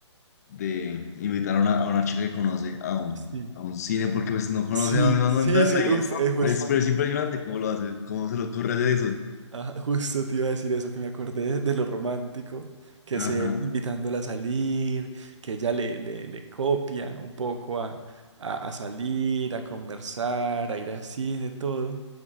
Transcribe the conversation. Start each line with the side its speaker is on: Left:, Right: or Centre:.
Left: de invitar a una, a una chica que conoce a un,
Right: sí.
Left: a un cine porque pues no conoce
Right: Sí,
Left: a dónde va
Right: sí,
Left: a mandarla
Right: sí, uf,
Left: y es,
Right: eh, pues,
Left: pero es, pero es impresionante cómo lo hace, cómo se le ocurre hacer eso.
Right: Ah, justo te iba a decir eso, que me acordé de lo romántico, que
Left: Ajá,
Right: es él invitándola a salir, que ella le, le, le copia un poco a, a, a salir, a conversar, a ir al cine, todo.